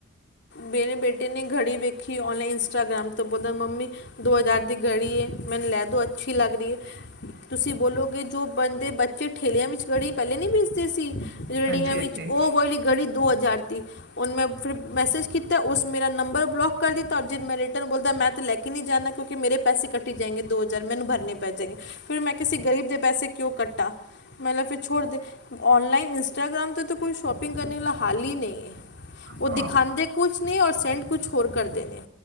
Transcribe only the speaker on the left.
ਮੇਰੇ ਬੇਟੇ ਨੇ ਘੜੀ ਵੇਖੀ ਔਨਲਾਈਨ ਇੰਸਟਾਗ੍ਰਾਮ ਤੋਂ ਬੋਲਦਾ ਮੰਮੀ ਦੋ ਹਜ਼ਾਰ ਦੀ ਘੜੀ ਏ ਮੈਨੂੰ ਲੈ ਦੋ ਅੱਛੀ ਲੱਗ ਰਹੀ ਹੈ। ਤੁਸੀਂ ਬੋਲੋ ਗੇ ਜੋ ਬੰਦੇ ਬੱਚੇ ਠੇਲਿਆਂ ਵਿੱਚ ਘੜੀ ਪਹਿਲੇ ਨਹੀਂ ਵੇਚਦੇ ਸੀ। ਰੇਡੀੜੀਆਂ
ਵਿੱਚ
ਉਹ ਵਾਲੀ ਘੜੀ ਦੋ ਹਜ਼ਾਰ ਦੀ ਹੁਣ ਮੈੰ ਫਿਰ ਮੈਸੇਜ ਕੀਤਾ ਉਸ ਮੇਰਾ ਨੰਬਰ ਬਲੋਕ ਕਰ ਦਿੱਤਾ ਔਰ ਜਦ ਮੈਂ ਰਿਟਰਨ ਬੋਲਦਾ ਮੈਂ ਤਾਂ ਲੈ ਕੇ ਨਹੀਂ ਜਾਂਨਾ ਕਿਉਂਕਿ ਮੇਰੇ ਪੈਸੇ ਕੱਟੀ ਜਾਏੰਗੇ ਦੋ ਹਜ਼ਾਰ ਮੈਨੂੰ ਭਰਨੇ ਪੈ ਜਾਏਗੇ ਫਿਰ ਮੈਂ ਕਿਸੇ ਗਰੀਬ ਦੇ ਪੈਸੇ ਕਿਉਂ ਕੱਟਾਂ ਮਤਲਬ ਫਿਰ ਛੋੜ ਦੇ ਔਨਲਾਈਨ ਇੰਸਟਾਗ੍ਰਾਮ ਤੇ ਤਾਂ ਕੋਈ ਸ਼ੋਪਿੰਗ ਕਰਨ ਵਾਲਾ ਹਾਲ ਹੀ ਨਹੀਂ ਹੈ। ਉਹ
ਦਿਖਾਉੰਦੇ ਕੁਛ ਨੇ ਔਰ ਸੈਂਡ ਕੁਛ ਹੋਰ ਕਰਦੇ ਨੇ।